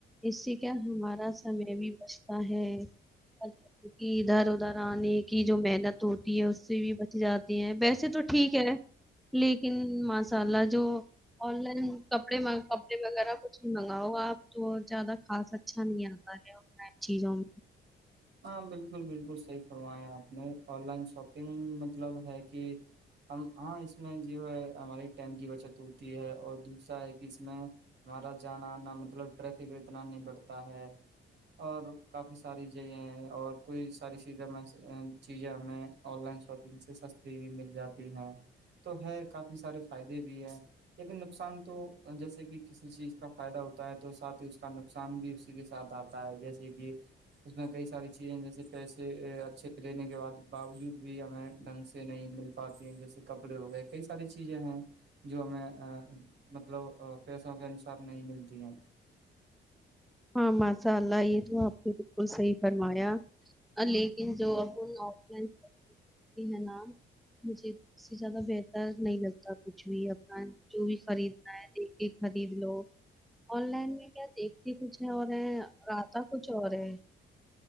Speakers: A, in the centre; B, on the right.
A: اس سے کیا ہمارا سمے بھی بچتا ہے ادھر ادھر آنے کی جو محنت ہوتی ہے اس سے بھی بچ جاتی ہے ویسے تو ٹھیک ہے لیکن مسالہ جو آن لائن کپڑے کپڑے وغیرہ کچھ بھی منگاؤ گا آپ تو زیادہ خاص اچھا نہیں آتا ہے لائن چیزوں میں
B: ہاں بالکل بالکل صحیح فرمایا آپ نے آن لائن شاپنگ مطلب ہے کہ ہم ہاں اس میں جو ہے ہماری ٹائم کی بچت ہوتی ہے اور دوسرا ہے کہ اس میں ہمارا جانا نہ مطلب ٹریفک اتنا نہیں بڑھتا ہے اور کافی ساری اور کوئی <unintelligible> ساری چیزیں میں <unintelligible> چیزیں ہمیں آن لائن شاپنگ سے سستی بھی مل جاتی ہیں تو ہے کافی سارے فائدے بھی ہیں لیکن نقصان تو جیسے کہ کسی چیز کا فائدہ ہوتا ہے تو ساتھ ہی اس کا نقصان بھی اسی کے ساتھ آتا ہے جیسے کہ <unintelligible> اس میں کئی ساری چیزیں ہیں جیسے پیسے اچھے لینے کےع باوجود بھی ہمیں ڈھنگ سے نہیں مل پاتی ہیں جیسے کپڑے ہو گئے کئی ساری چیزیں ہیں جو ہمیں مطلب پیسوں کے انوسار نہیں ملتی ہیں <unintelligible> <unintelligible>
A: ہاں م <unintelligible> مسالہ یہ تو آپ کے بالکل صحیح <unintelligible> فرمایا <unintelligible> لیکن جو اپ آف لائن <unintelligible> نا مجھے اس سے زیادہ بہتر نہیں لگتا کچھ بھی اپنا جو بھی خریدنا ہے دیکھ کے خرید لو آن لائن میں کیا دیکھ <unintelligible> کچھ ہے اور ہے رتا کچھ اور ہے <unintelligible>